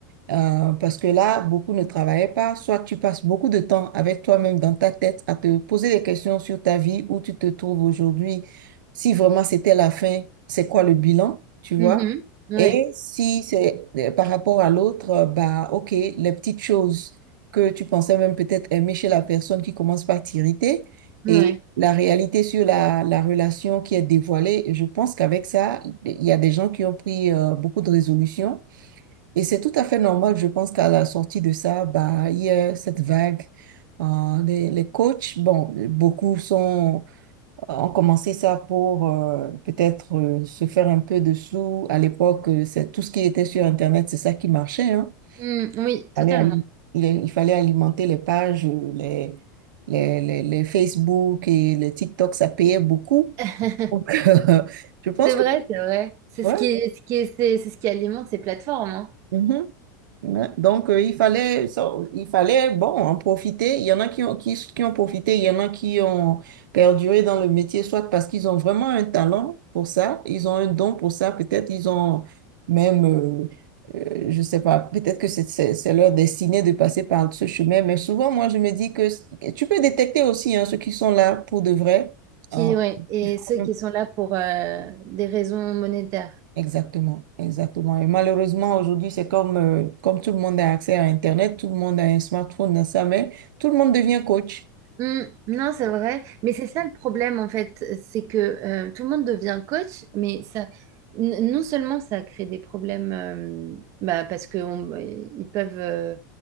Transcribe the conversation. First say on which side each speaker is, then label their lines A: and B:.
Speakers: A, on the right; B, on the right.
A: Euh, parce que là, beaucoup ne travaillaient pas. Soit tu passes beaucoup de temps avec toi-même dans ta tête à te poser des questions sur ta vie, où tu te trouves aujourd'hui, si vraiment c'était la fin, c'est quoi le bilan, tu vois?
B: Mhm. Ouais,
A: Et si c'est euh, par rapport à l'autre, euh, bah ok, les petites choses que tu pensais même peut-être aimer chez la personne qui commence par t'irriter
B: ouais.
A: et la réalité sur la, la relation qui est dévoilée, je pense qu'avec ça, il y a des gens qui ont pris euh, beaucoup de résolutions et c'est tout à fait normal, je pense qu'à la sortie de ça, bah, il y a cette vague. euh, les, les coachs, bon, beaucoup sont, euh, ont commencé ça pour euh, peut-être euh, se faire un peu de sous. À l'époque, euh, c'est tout ce qui était sur Internet, c'est ça qui marchait, hein.
B: Mm, oui, totalement.
A: Il fallait, ali- il, il fallait alimenter les pages, euh, les, les, les, les Facebook et les TikTok, ça payait beaucoup.
B: <laughs>
A: Donc, <laughs> je pense
B: C'est vrai,
A: que
B: c'est vrai. C'est
A: ouais,
B: ce qui est, ce qui est, c'est, c'est ce qui alimente ces plateformes, hein.
A: Mhm. Ouais. Donc, euh, il fallait, ça- il fallait, bon, en profiter. Il y en a qui ont, qui, qui ont profité, il y en a qui ont perduré dans le métier, soit parce qu'ils ont vraiment un talent pour ça, ils ont un don pour ça, peut-être ils ont même, euh, euh, je sais pas, peut-être que c'est c'est- c'est leur destinée de passer par ce chemin. Mais souvent, moi, je me dis que c- tu peux détecter aussi hein, ceux qui sont là pour de vrai.
B: Qui,
A: hein,
B: ouais, et
A: qui font
B: ceux qui sont là pour euh, des raisons monétaires.
A: Exactement, exactement. Et malheureusement, aujourd'hui, c'est comme, euh, comme tout le monde a accès à Internet, tout le monde a un smartphone dans sa main, tout le monde devient coach.
B: Hmm, non, c'est vrai, mais c'est ça le problème en fait, c'est que euh, tout le monde devient coach, mais ça, n- non seulement ça crée des problèmes, euh, bah, parce que on- ils peuvent, euh,